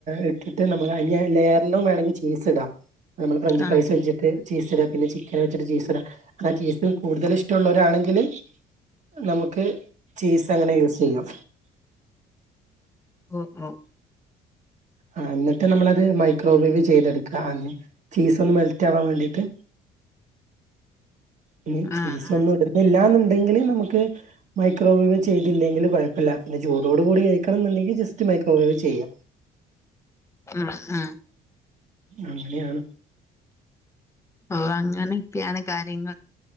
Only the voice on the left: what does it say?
ആ
ഓഹ് ഓഹ്
ആ
ആ
മ്മ് മ്മ്
ആ അങ്ങനെക്കെയാണ് കാര്യങ്ങൾ